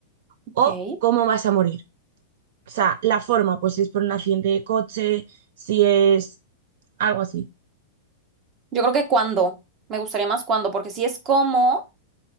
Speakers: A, on the right; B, on the right.
A: Ok.
B: o cómo vas a morir. O sea, la forma, pues si es por un accidente de coche, si es algo así.
A: Yo creo que cuando. Me gustaría más cuando, porque si es como.